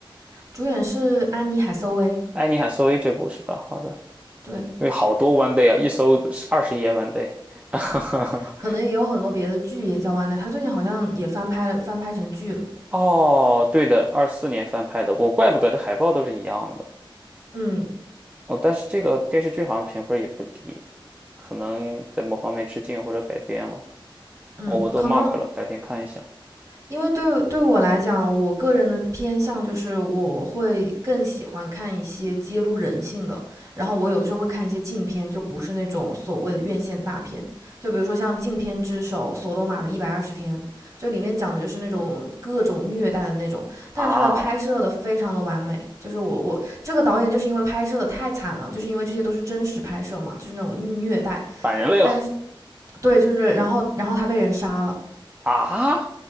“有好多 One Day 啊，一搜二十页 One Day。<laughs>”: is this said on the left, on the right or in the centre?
Right